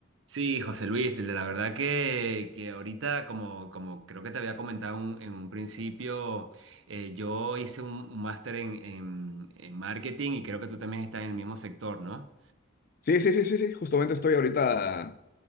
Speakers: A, on the right; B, on the left.
A: Sí, José Luis, la verdad que, que ahorita, como, como creo que te había comentado un- en un principio, eh, yo hice un, un máster en, en, en marketing y creo que tú también estás en el mismo sector, ¿no?
B: Sí, sí, sí, sí, sí. Justamente estoy ahorita